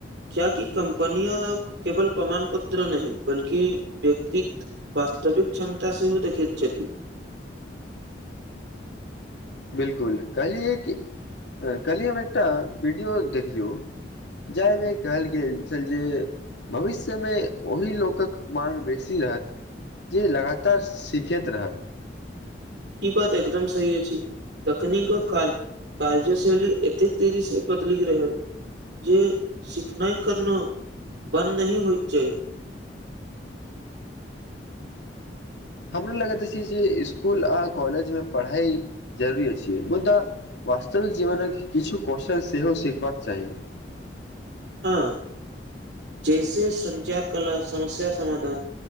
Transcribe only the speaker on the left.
बिलकुल कहलियै कहलियै हम एकटा वीडियो देख लियौ जाहिमे कहल गेल छल जे भविष्यमे ओही लोकक माग बेसी रहत जे लगातार सिखैत रहत।
हमरा लगैत अछि जे इसकुल आ कॉलेजमे पढ़ाइ जरूरी अछि -अछि मुदा वास्तविक जीवनक किछु क्वेश्चन सेहो सीखबाक चाही। <unintelligible>